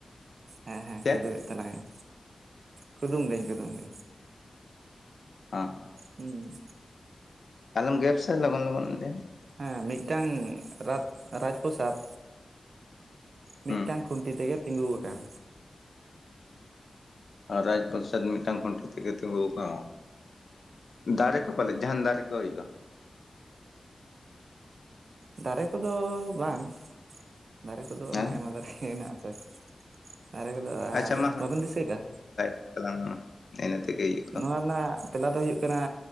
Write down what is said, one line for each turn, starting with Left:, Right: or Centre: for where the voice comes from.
Right: ᱦᱮᱸ ᱦᱮᱸ
Left: ᱪᱮᱫ
Right: ᱠᱩᱫᱩᱢᱮᱫᱽ ᱛᱟᱞᱟᱝ ᱟᱹᱧ᱾ ᱠᱩᱫᱩᱢ ᱫᱟᱹᱧ ᱠᱩᱫᱩᱢ ᱫᱟᱹᱧ
Left: ᱦᱮᱸ
Right: ᱦᱩᱸ
Left: ᱟᱞᱚᱢ ᱜᱮᱯ ᱥᱮ ᱞᱚᱜᱚᱱ ᱞᱚᱜᱚᱱ <unintelligible>
Right: ᱦᱮᱸ ᱢᱤᱫᱴᱟᱝ ᱨᱟᱛᱽ ᱨᱟᱡᱽ ᱯᱨᱚᱥᱟᱫᱽ ᱢᱤᱫᱴᱟᱝ
Left: ᱦᱩᱸ
Right: ᱠᱷᱩᱱᱴᱤ ᱛᱮᱜᱮ ᱛᱤᱸᱜᱩᱣᱟᱠᱟᱱ
Left: ᱨᱟᱡᱽ ᱯᱚᱨᱥᱟᱫ ᱢᱤᱫᱴᱟᱝ ᱠᱷᱩᱱᱴᱤ ᱛᱮᱜᱮ ᱛᱤᱸᱜᱩ ᱟᱠᱟᱱ ᱫᱟᱨᱮ ᱠᱚ ᱯᱟᱞᱮᱫ ᱡᱟᱦᱟᱱ ᱫᱟᱨᱮ ᱠᱚ ᱦᱩᱭᱩᱜᱼᱟ᱾
Right: ᱫᱟᱨᱮ ᱠᱚᱫᱚ ᱵᱟᱝ ᱫᱟᱨᱮ ᱠᱚᱫᱚ
Left: ᱦᱮᱸ
Right: ᱟᱭᱢᱟ ᱫᱟᱨᱮ ᱜᱮ ᱦᱮᱱᱟᱜ ᱟᱥᱮ ᱫᱟᱨᱮ ᱠᱚᱫᱚ ᱟᱨ
Left: ᱟᱪᱪᱷᱟ ᱢᱟ
Right: ᱵᱟᱵᱮᱱ ᱫᱤᱥᱟᱹᱭᱮᱫᱟ᱾
Left: <unintelligible> ᱱᱮᱜ ᱱᱮᱛᱮ ᱜᱮ ᱤᱭᱟᱹᱜ
Right: ᱱᱚᱣᱟ ᱨᱮᱱᱟᱜ ᱛᱮᱞᱟ ᱫᱚ ᱦᱩᱭᱩᱜ ᱠᱟᱱᱟ